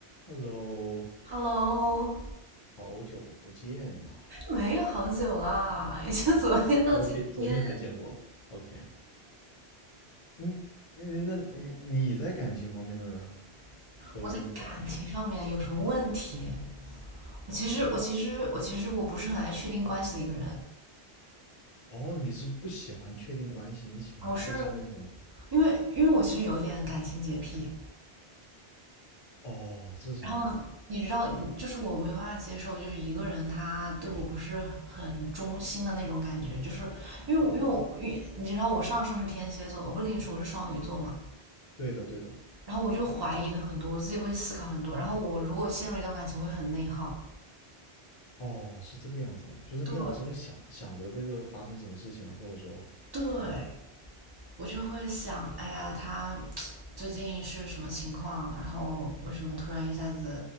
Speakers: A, on the left; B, on the right.
A: Hello，
B: Hello，
A: 好久不见呐！
B: 没有好久啦，也就昨天到今天。
A: 昨天昨天才见过，OK，嗯，嗯那你你在感情方面的呢的问题呢？
B: 我在感情上面有什么问题？我其实，
A: 对呀，
B: 我其实，我其实我不是很爱确定关系的一个人。
A: 哦，你是不喜欢确定关系，你喜欢就是那种，
B: 我是因为，因为我其实有一点感情洁癖。
A: 哦，这是什么意思啊？
B: 然后你知道，你就是我没有办法接受，就是一个人他对我不是很忠心的那种感觉。就是因为因为我，因为你知道我上升是天蝎座，我不是跟你说我是双鱼座嘛？
A: 对的，对的，
B: 然后我就怀疑的很多，我自己会思考很多。然后我如果陷入一段感情，我会很内耗。
A: 哦，是这个样子吗？就是你老是会想想着这个发生什么事情了，
B: 对
A: 或者说
B: 对，
A: 啊、
B: 我就会想，哎呀，他最近是什么情况？然后为什么突然一下子